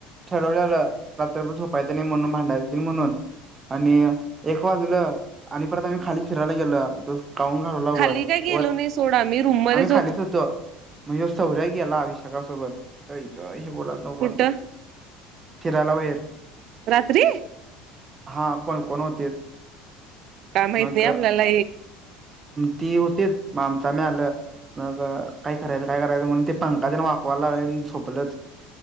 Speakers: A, on the right; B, on the right.
A: ठरवल्यालं रात्रभर झोपायचं नाही म्हणून भांडा नाही म्हणून आणि एक वाजलं आणि परत आम्ही खाली फिरायला गेलो तो काऊून घालवला
B: खाली
A: वर
B: काय गेलो
A: वर
B: नाही सोडा आम्ही रूम मध्येच
A: आम्ही खालीच होतो म्हणजे सौर्या गेला अभिषेकाासोबत हे बोत
B: कुठं
A: नत फिराला बाहेर
B: रात्री
A: हा पण कोण होते
B: काय माहत
A: मग
B: नाही आपल्याला
A: ती होते मामताम आलं न का काय करायचं काय करायचं म्हणून ते पंखाजने वाकवायला झोपलं